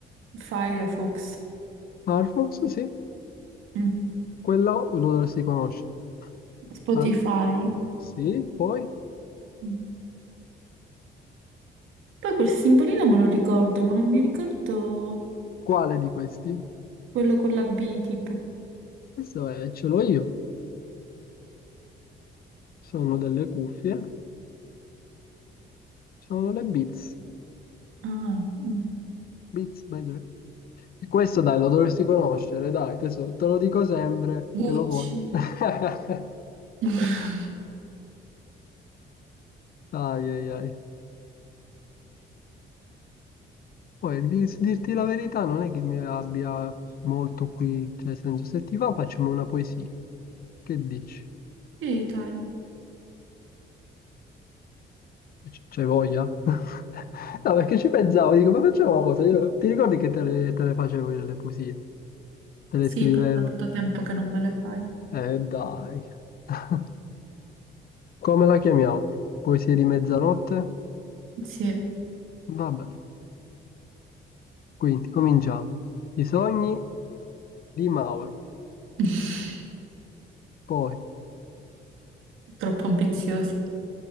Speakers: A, on the right (about 80°); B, on the left (about 50°).
A: Firefox.
B: Firefox, sì.
A: Mm.
B: Quella lo dovresti conoscere.
A: Spotify.
B: Ah, sì, poi?
A: Mm. Poi quel simbolino me lo ricordo, ma non mi ricordo
B: Quale di questi?
A: quello con la B tipo.
B: Questo è, ce l'ho io. Sono delle cuffie, sono le Beats.
A: Ah, mm.
B: Beats by Dre. Questo dai, lo dovresti conoscere, dai, tesoro, te lo dico sempre
A: Gucci.
B: che lo vuoi. <laughs>
A: <laughs>
B: Ai ai ai. Poi di- dirti la verità non è che mi abbia molto qui, cioè nel senso se ti va facciamo una poesia. Che dici?
A: Sì, dai.
B: C- C'hai voglia? <laughs> No, perché ci pensavo, dico, ma facciamo una cosa, io- ti ricordi che te le, te le facevo io le poesie? Te le
A: Sì,
B: scrivevo.
A: però da tanto tempo che non me le fai.
B: Eh, dai. <laughs> Come la chiamiamo? Poesia di mezzanotte?
A: Sì.
B: Vabbè, quindi cominciamo. I sogni di Mauro.
A: <laughs>
B: Poi,
A: Troppo ambiziosi.